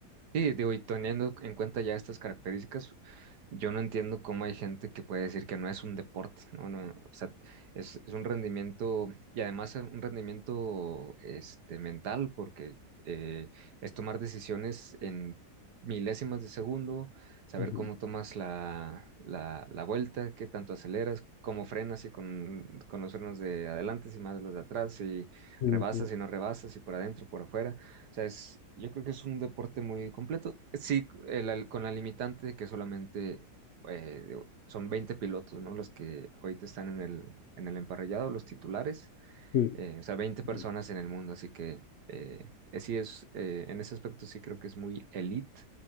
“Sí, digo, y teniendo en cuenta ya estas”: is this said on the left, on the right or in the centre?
Right